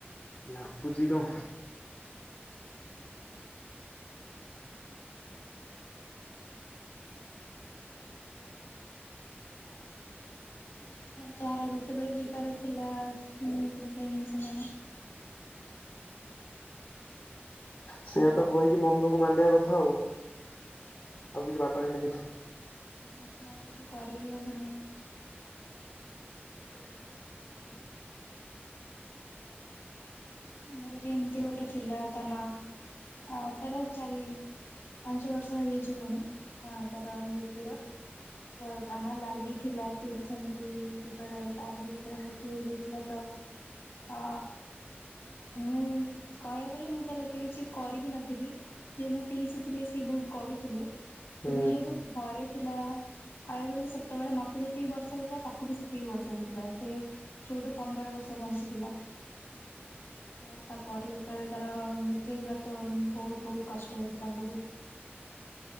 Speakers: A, on the left (about 50°); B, on the left (about 80°).
A: ଲାଗୁଚି କଣ <inaudible>
B: ଯାହାର ଯେତେବେଳେ ଯିବାର ଥିଲା ଯିବେହିଁ ସେମାନେ। <inaudible>
A: ସେଆତ କହିକି ମନକୁ ମାନିବା କଥା ଆଉ ଆଉ କିଛି ବାଟ ହିଁ ନାହିଁ।
B: ଆଜ୍ଞା ଆଉ କିଛି କରିବି ହବନି।
A: <inaudible>
B: ଆମର ବି ଏମିତି ଗୋଟେ ଥିଲା ତ ନା ଆ ତାର ଚାରି ପାଞ୍ଚ ବର୍ଷ ହେଇଜିବଣି ଆ ତାର ମୃତ୍ୟୁୁର ଅ ତା ନା ଲାଲି ଥିଲା ସେଏ ବି ସେମିତି ଯେତେବେଳେ ତାର ବି ଯେତେବେଳେ ମୃତ୍ୟୁ ହେଯାଇଥିଲା ତ ଅ ମୁଁ କହିବାକୁ ଗଲେ ମୁଁ ତାର ଏତେ କିଛି କରିବି ନଥିଲି ଯେ ମୁଁ ପିଇସି ଥିଲି ସିଏ ବହୁତ କରୁଥିଲେ ଫିର୍ବି
A: ହୁଁ
B: ଯେହେତୁ ଘରେ ଥିଲା କହିବାକୁ ଗଲେ ସେତେବେଳେ ମତେ ଯେତିକି ବର୍ଷା ହେଇଥିଲା ତାକୁ ବି ସେତିକି ବର୍ଷ ହେଇଥିଲା ସେ ଚୋଉଦ ପନ୍ଦର ବର୍ଷ ବଞ୍ଚିଥିଲା। ହ ତାପରେ ଯେତେବେଳେ ତାର ମୃତ୍ୟୁ ହେଇଥିଲା ତ ବହୁତ ବହୁତ କଷ୍ଟ ହେଇଥିଲା ବହୁତ।